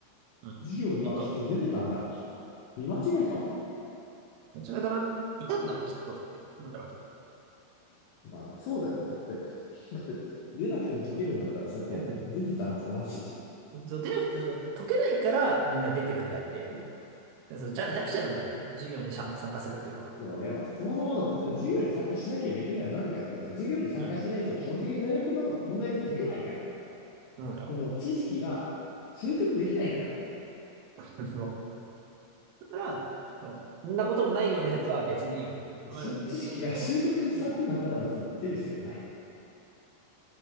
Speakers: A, on the right (about 80°); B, on the left (about 80°).
A: うん。
B: 授業にはきっと出てたんだろう。
A: 一個あっ
B: 見間違いかも。
A: た。うん間違いだな。いたんだな、きっとって。なんだわけ。
B: まあそうだよな。だって、だって出なくても解けるんだったらそうやって出てたのと同じ。
A: 出なくて
B: そ
A: もそう、出なくて、そう、解けないからみんな出てるんであって、
B: う、
A: でそう、じゃ、弱者なんだよね。授業に参参加するっていうのは。
B: そういやまあ、そもそも授業に参加しなければいけないのはなぜかっていうと、授業に参加しないと基本的に大学の問題って解けないから。
A: うん。そうだよ。
B: その知識が習得できないから、
A: <laughs> そう。だから、そうそんなこともないようなやつは別にいいわけ。まあ、
B: 知識が習得されてるんだったら別に出る必要がない。
A: 実際、多分、うん。